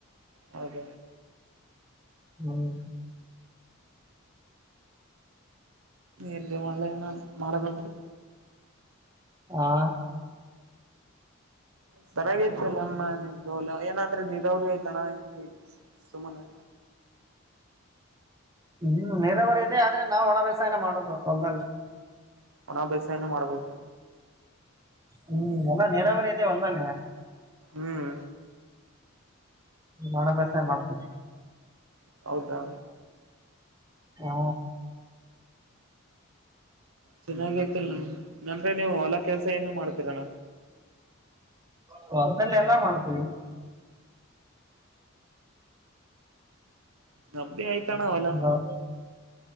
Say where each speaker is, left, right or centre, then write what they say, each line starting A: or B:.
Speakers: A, on the right; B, on the right.
A: ಹೌದ.
B: ಹ್ಮ್
A: ಎಲ್ಲಿ ಮಾಡ್ಲೇ ನನ್ ಮಾಡೋ ಹಾಗಿದ್ರೆ.
B: ಹಾ
A: ಸರ ತಲ್ಲಣ ನಿದೋಲ ಏನಂದ್ರೆ ನೀರವ್ರಿ ಆಯ್ತಣ <inaudible> ಸುಮನೆ
B: ಹ್ಮ್ ನೀರಾವರಿ ಇದೆ ಆದ್ರೆ ನಾವ್ ಒಣ ಬ್ಯಸನ ಮಾಡುದು ಹೊಲ್ದಲ್ಲಿ.
A: ಒಣ ಬೇಸಾಯನೇ ಮಾಡಬೇಕು.
B: ಹ್ಮ್ ಎಲ್ಲಾ ನಿರಾವರಿ ಆಯ್ತೆ ಹೊಲದಲ್ಲಿ.
A: ಹ್ಮ್
B: ಒಣ ಬೇಸಾಯ ಮಾಡ್ತೀವಿ.
A: ಹೌದಾ
B: ಹ
A: ಚೆನ್ನಾಗ ತಿ ನ ನನ ರಿ ನೀವು ಹೊಲಾ ಕೆಲ್ಸ ಏನು ಮಾಡ್ತೀರಣ.
B: ಹ ಅದಲ್ಲ ಎಲ್ಲಾ ಮಾಡ್ತೀವಿ.
A: ರಬ್ಬಿ ಆಯ್ತಣ್ಣ ವಲ
B: ನಾವು.